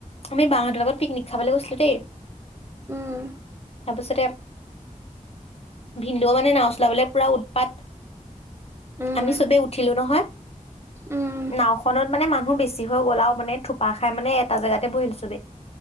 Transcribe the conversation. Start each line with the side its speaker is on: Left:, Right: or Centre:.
Left: আমি বাহঁতৰ লগত পিকনিক খাবলৈ গৈছিলোঁ দেই
Right: উম।
Left: তাৰপিছতে ভিনদেউ মানে নাও চলাবলে পুৰা উৎপাত।
Right: উম
Left: আমি চবেই উঠিলো নহয়,
Right: উম
Left: নাওখনত মানে মানুহ বেছি যি হৈ গলাও মানে থোপা খাই মানে এটা জেগাতে বহিল চবে,